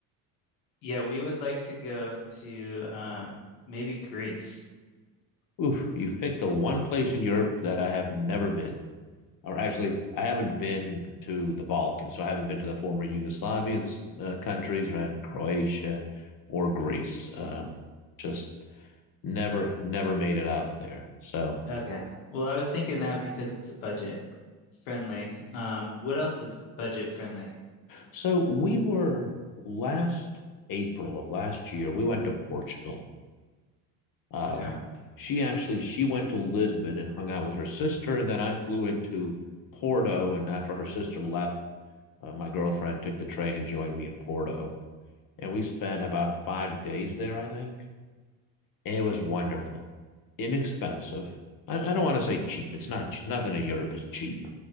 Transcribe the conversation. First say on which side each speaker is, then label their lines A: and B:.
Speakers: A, on the left (about 85°); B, on the left (about 55°).
A: yeah, we would like to go to um maybe Greece.
B: Oof, you picked the one place in Europe that I have never been. Or actually, I haven't been to the Balkans. So I haven't been to the former Yugoslavian uh, countries, right? Croatia or Greece. Um, just never, never made it out there. So,
A: Okay. Well, I was thinking that because it's a budget friendly. Um, what else is budget friendly?
B: so we were last April of last year, we went to Portugal Um,
A: Okay.
B: she actually she went to Lisbon and hung out with her sister, and then I flew into Porto. And after her sister left, uh, my girlfriend took the train and joined me in Porto, and we spent about five days there, I think. It was wonderful, inexpensive. I, I don't want to say cheap. It's not nothing in Europe is cheap,